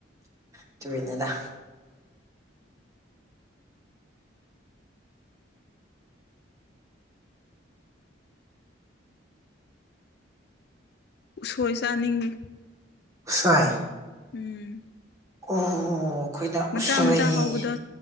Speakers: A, on the right; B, on the left.
A: ꯑꯗꯨꯒꯤꯅꯤꯗ
B: ꯎꯁꯣꯏ ꯆꯥꯅꯤꯡꯉꯤ
A: ꯁꯣꯏ
B: ꯎꯝ
A: ꯑꯣ
B: ꯃꯆꯥ
A: ꯎꯁꯣꯏ
B: ꯃꯆꯥ ꯍꯧꯕꯗꯣ